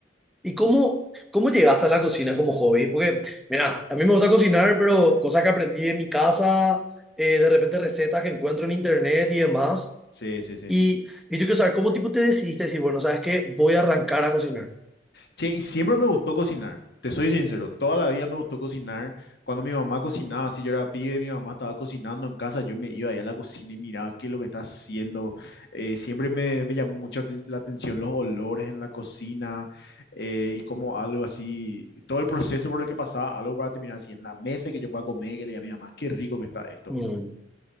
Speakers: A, in the centre; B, on the left (about 60°).
A: ¿Y cómo, cómo llegaste a la cocina como hobby? Porque, mira, a mí me gusta cocinar, pero cosas que aprendí en mi casa, eh, de repente recetas que encuentro en internet y demás.
B: Sí, sí, sí.
A: Y, y yo quiero saber, ¿cómo tipo te decidiste decir, bueno, sabes qué, voy a arrancar a cocinar?
B: Che, y siempre me gustó cocinar, te soy sincero, toda la vida me gustó cocinar. Cuando mi mamá cocinaba, si yo era pibe, mi mamá estaba cocinando en casa, yo me iba ahí a la cocina y miraba qué es lo que está haciendo. Eh, siempre me, me llamó mucho aten- la atención los olores en la cocina eh, y como algo así, todo el proceso por el que pasaba, algo para terminar así en la mesa y que yo pueda comer y que le diga a mi mamá, qué rico que está esto.
A: Mm,